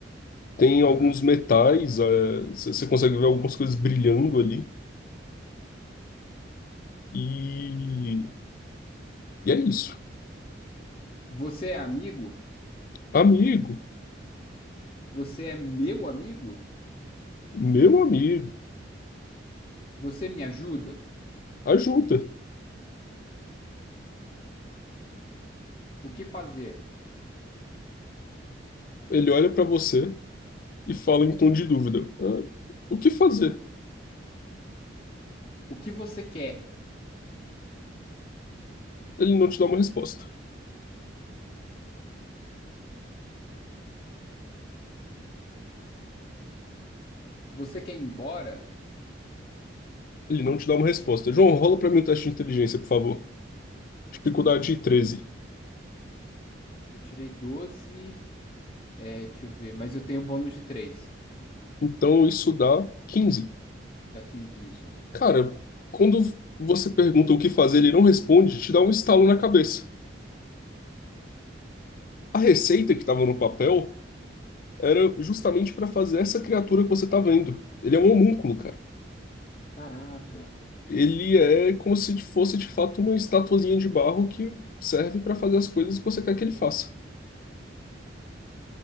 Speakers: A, on the left; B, on the left.
A: Tem alguns
B: Aham.
A: metais, você consegue ver algumas coisas brilhando ali. E, e é isso.
B: Você é amigo?
A: Amigo,
B: Você é meu amigo?
A: meu amigo,
B: Você me ajuda?
A: ajuda.
B: O que fazer?
A: Ele olha pra você e fala em tom de dúvida: "Ah, o que fazer?
B: O que você quer?
A: Ele não te dá uma resposta.
B: Você quer ir embora?
A: Ele não te dá uma resposta. João, rola pra mim o teste de inteligência, por favor. Dificuldade treze
B: Eu tirei doze, É, deixa eu ver. Mas eu tenho um bônus de três
A: Então isso dá quinze
B: Dá 15 isso.
A: Cara, quando você pergunta o que fazer, ele não responde, te dá um estalo na cabeça. A receita que estava no papel era justamente para fazer essa criatura que você tá vendo. Ele é um homúnculo, cara.
B: Caraca.
A: Ele é como se fosse de fato uma estatuazinha de barro que serve para fazer as coisas que você quer que ele faça.